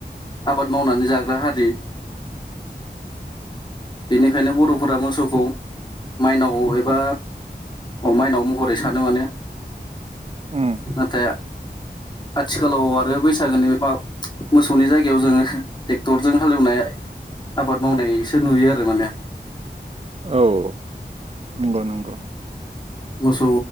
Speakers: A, on the left; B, on the right.
A: आबाद मावनानै जाग्रा हारि। बेनिखायनो बर'फोरा मोसौखौ। माइनाव एबा माइनाव महरै सानो माने।
B: ह
A: नाथाय आथिखालाव आरो बैसागोनि मा मोसौनि जायगायाव जोङो ट्रेक्टरजों हालेवनाय मावनायसो नुयो आरो माने।
B: औ नंगौ नंगौ।
A: मोसौ